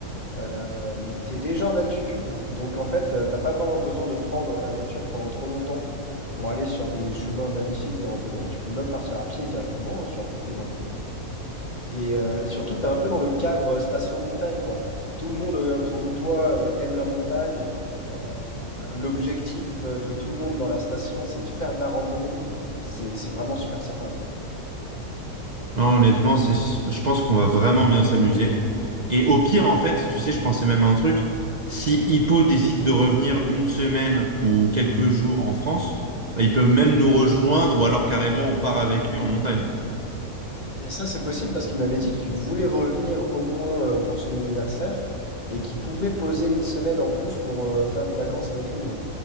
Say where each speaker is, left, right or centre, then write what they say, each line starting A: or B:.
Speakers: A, on the left (about 35°); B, on the right (about 40°).
A: euh, tu déjà en altitude. Donc en fait, euh, t'as pas vraiment besoin de prendre la voiture pendant trop longtemps pour aller sur des chemins magnifiques de randonnée. Tu peux même partir à pied directement hein, sur beaucoup de randonnées. Et, euh, et surtout, tu es un peu dans le cadre euh, station de montagne, quoi. Tout le monde euh, autour de toi euh, aime la montagne. Euh, l'objectif euh, de tout le monde dans la station, c'est de faire de la randonnée. C'est, c'est vraiment super sympa, quoi.
B: Non, honnêtement, c'est, je pense qu'on va vraiment bien s'amuser. Et au pire, en fait, tu sais, je pensais même à un truc. Si Hippo décide de revenir une semaine ou quelques jours en France, bah, il peut même nous rejoindre ou alors carrément on part avec lui en montagne.
A: Et ça, c'est possible parce qu'il m'avait dit qu'il voulait revenir au moins euh, pour son anniversaire et qu'il pouvait poser une semaine en plus pour euh, faire des vacances avec nous. hein.